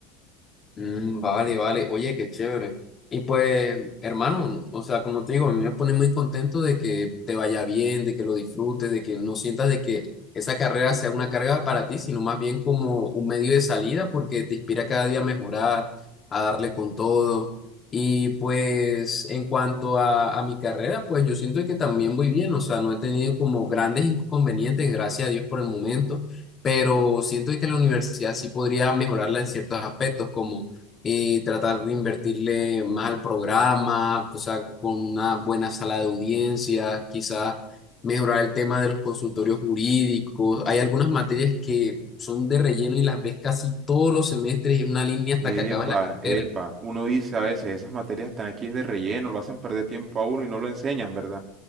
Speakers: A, on the left; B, on the right.
A: Mm, vale, vale. Oye, qué chévere. Y pues, hermano, o sea, como te digo, a mí me pone muy contento de que te vaya bien, de que lo disfrutes, de que no sientas de que esa carrera sea una carga para ti, sino más bien como un medio de salida porque te inspira cada día a mejorar, a darle con todo. Y pues, en cuanto a, a mi carrera, pues yo siento que también voy bien, o sea, no he tenido como grandes inconvenientes, gracias a Dios por el momento. pero siento que la universidad sí podría mejorarla en ciertos aspectos, como y tratar de invertirle más al programa, o sea, con una buena sala de audiencias, quizás mejorar el tema de los consultorios jurídicos. Hay algunas materias que son de relleno y las ves casi todos los semestres y en una línea hasta
B: Epa,
A: que acabas la
B: epa,
A: carrera,
B: uno dice a veces, esas materias están aquí es de relleno, lo hacen perder tiempo a uno y no lo enseñan, ¿verdad?